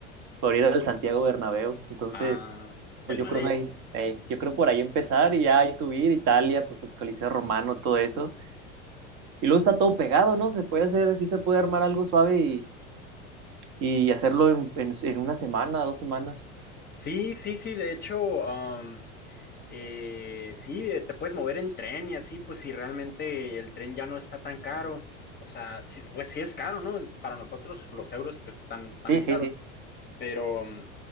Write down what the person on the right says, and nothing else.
por ir al Santiago Bernabéu. Entonces,
pues yo
creo ahí, eh, yo creo por ahí empezar y ya ahí subir Italia, pues los coliseos romanos, todo eso. Y luego está todo pegado, ¿no? Se puede hacer, sí se puede armar algo suave y, y hacerlo en, en, en una semana, dos semanas.
Sí, sí,
sí.